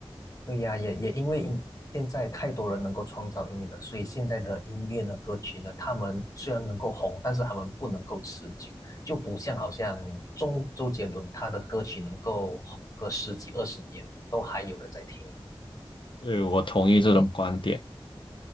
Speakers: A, on the left (about 35°); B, on the left (about 55°).
A: 对呀，也也因为音现在太多人能够创造音乐了，所以现在的音乐呢、歌曲呢，他们虽然能够红，但是他们不能够持久，就不像好像周周杰伦他的歌曲能够红个十几二十年，都还有人在听。
B: 对，我同意这种观点。